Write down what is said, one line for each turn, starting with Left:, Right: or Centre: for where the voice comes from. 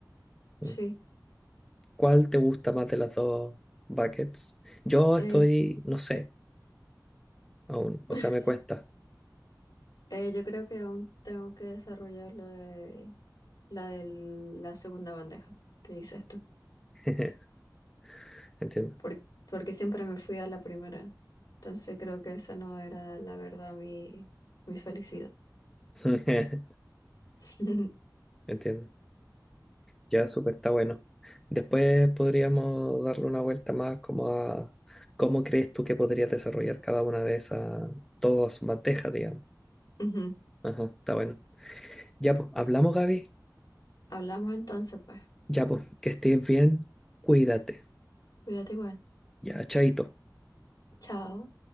Left: sí.
Centre: Mm. ¿Cuál te gusta más de las dos buckets? Yo
Left: Eh,
Centre: estoy, no sé, aún, o
Left: <laughs>
Centre: sea, me cuesta.
Left: eh, yo creo que aún tengo que desarrollar lo de la de la segunda bandeja que dices tú.
Centre: <laughs> Entiendo.
Left: por- porque siempre me fui a la primera. Entonces creo que esa no era la verdad mi, mi felicidad.
Centre: <laughs>
Left: <laughs>
Centre: Entiendo. Ya súper está bueno. Después podríamos darle una vuelta más como a cómo crees tú que podrías desarrollar cada una de esas dos bandejas, digamos.
Left: Ujú.
Centre: Ajá, está bueno. Ya pues, hablamos, Gaby.
Left: Hablamos entonces, pues.
Centre: Ya pues, que estés bien. Cuídate.
Left: Cuídate igual.
Centre: Ya, chaito.
Left: Chao.